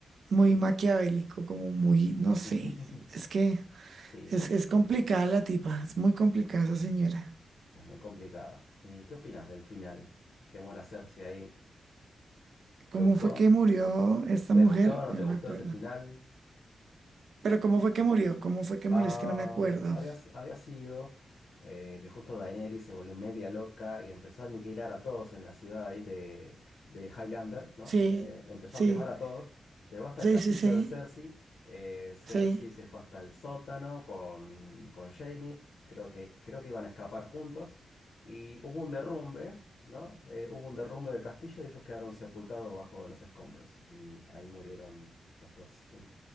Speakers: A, on the right; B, on the left.
A: muy maquiavélico, como muy, no sé,
B: <laughs>
A: es que
B: Sí,
A: es,
B: sí,
A: es
B: sí,
A: complicada
B: sí.
A: la tipa, es muy complicada esa señora.
B: Es muy complicada. ¿Y qué opinas del final? ¿Qué muera Cersei ahí?
A: ¿Cómo
B: ¿Te gustó?
A: fue que murió esta
B: ¿Te
A: mujer?
B: gustó o no
A: Ya
B: te
A: no
B: gustó
A: me acuerdo.
B: ese final?
A: Pero ¿cómo fue que murió? ¿Cómo fue que
B: Am,
A: murió? Es que no me acuerdo.
B: fu- había, s- había sido eh, que justo Daenerys se volvió media loca y empezó a aniquilar a todos en la ciudad ahí de, de Highlander, ¿no?
A: Sí,
B: Eh, empezó
A: sí,
B: a quemar a todos, llegó hasta
A: sí,
B: el castillo
A: sí, sí,
B: de Cersei, eh, Cersei
A: sí.
B: se fue hasta el sótano con, con Jaime, creo que, creo que iban a escapar juntos y hubo un derrumbe, ¿no? Eh, hubo un derrumbe del castillo y ellos quedaron sepultados bajo los escombros y ahí murieron los dos. <laughs>